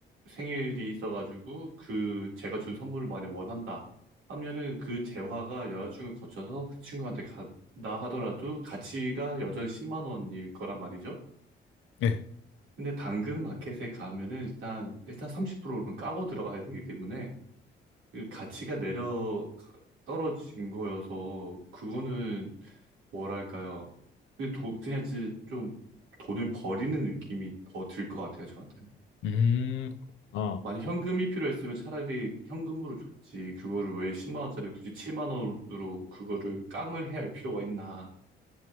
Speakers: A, on the right; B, on the left.
A: 생일이 있어가지고 그 제가 준 선물을 만약 원한다 하면은 그 재화가 여자친구를 거쳐서 그 친구한테 간다 하더라도 가치가 여전히 10만 원일 거란 말이죠.
B: 예.
A: 근데 당근 마켓에 가면은 일단 일단 30%는 까고 들어가야 되기 때문에 그 가치가 내려 떨어진 거여서 그거는 뭐랄까요? 그 돈, 그냥 이제 좀 돈을 버리는 느낌이 더 들 것 같아요, 저한테는.
B: 음, 그렇구나.
A: 만약 현금이 필요했으면 차라리 현금으로 줬지. 그거를 왜 10만 원짜리 굳이 7만 원으로 그거를 깡을 해야 할 필요가 있나라는